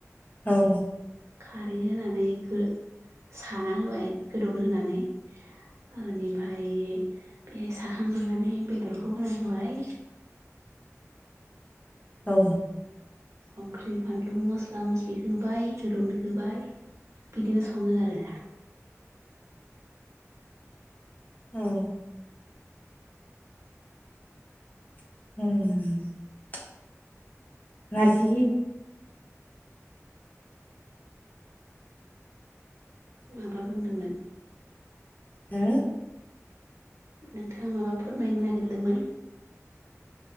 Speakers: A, on the left; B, on the right.
A: औ
B: खारै होनानै गो साना होबाय गोदौनो होनानै। बेनिफ्राय बेहाय साखांजोबनानै बेदरखौ होना होबाय
A: औ
B: संख्रि बानलु मस्ला मस्लि होबाय गोदौनो होबाय बिदिनो सङो आरो।
A: औ होम नारजि
B: माबा बुंदोंमोन?
A: हो
B: नोंथाङा माबा फोरमायनो नागिरदोंमोन?